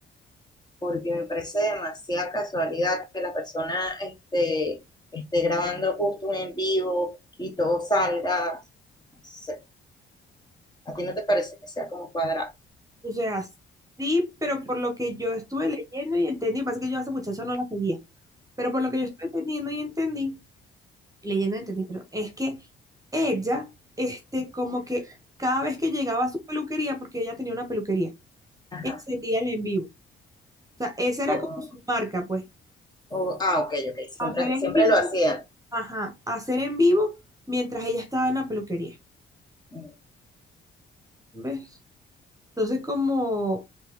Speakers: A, on the left; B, on the right.
A: porque me parece demasiada casualidad que la persona este, esté grabando justo un en vivo y todo salga, no sé. ¿A ti no te parece que sea como cuadrado?
B: o sea, sí, pero por lo que yo estuve leyendo y entendí, pasa que yo a esa muchacha no la seguía, pero por lo que yo estuve entendiendo y entendí. leyendo entendí, pero es que ella, este, como que cada vez que llegaba a su peluquería, porque ella tenía una peluquería,
A: Ajá.
B: encendía el en vivo. O sea, esa era
A: O-
B: como su marca, pues,
A: o- ah, ok, ok, siempre,
B: hacer en
A: siempre
B: vivo,
A: lo hacía.
B: ajá, hacer en vivo mientras ella estaba en la peluquería,
A: Mm.
B: ¿ves? Entonces, como,